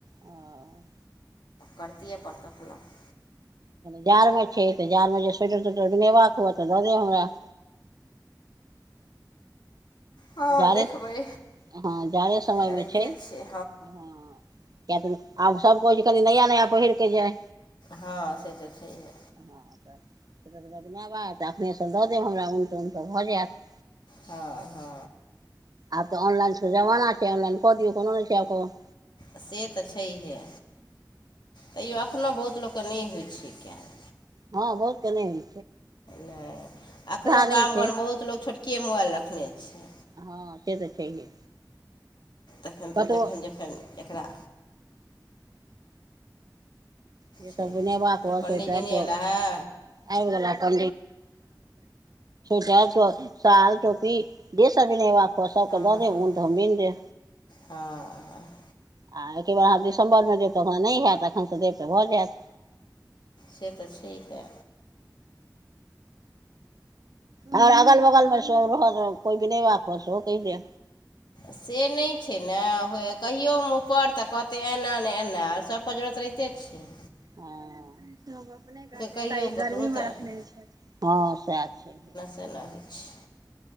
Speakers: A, on the right; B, on the left.
A: ओ <inaudible>
B: करितियै अपन कखलहु <unintelligible>
A: जाड़मे छै तऽ जाड़मे जे सोेटर तोेटर बुनेबाक हुए तऽ दऽ देब हमरा
B: हँ
A: जाड़े
B: देखबै
A: हँ जाड़े समयमे
B: से तऽ रहिते
A: छै हँ
B: छियै
A: किया तऽ आब सबके होइछै कनि नया नया पहिर कऽ जाय
B: हँ से तऽ छै हे
A: हँ तऽ सत बजनाबै तऽ अपखनेसँ दऽ देब हमरा उनटऽ उनटऽ भऽ जायत <unintelligible>
B: हँ हँ
A: आब तऽ ऑनलाइन के जमाना ऑनलाइन कऽ क दियऔ कोनो नै छै आब त
B: से तऽ छैहे तैयो एखनो बहुत लोकके नइ होइ छै कयल
A: हँ बहुत केनेइ
B: नहि एखनहु
A: नहि
B: गाम
A: छै
B: घरमे बहुत लोक छोटकेए मोबाइल रखने छै
A: हँ से तऽ छैहे
B: तखन
A: कतबो
B: तऽ जखन जखन एकरा
A: जेस
B: छैहे
A: ने बक
B: आर पण्डीजी
A: स्वेटर तो
B: एला
A: अ
B: हे
A: गला क देट साल टोपी य सब लाप पस
B: हँ
A: क द दे हऊन
B: हँ
A: तऽ हम्मी द
B: हँ
A: आ एकेबर अहाँ दिसम्बरमे देब तऽखन नहि हयैत एखनसँ देब तऽ भऽ जायत
B: से तऽ सी है
A: आओर अगल बगलमेो रह कोइ भी नहि बक कहि द
B: से नहि छै ने कहियोमे ऊपर तऽ कहतै एना नहि एना सबके जरूरत रहिते छिय
A: हँ अपने कर
B: कहियौ
A: त ई
B: ककरो
A: गर्मी मे
B: तऽ
A: रखने छै हँ सएह छै
B: तेना होइ छै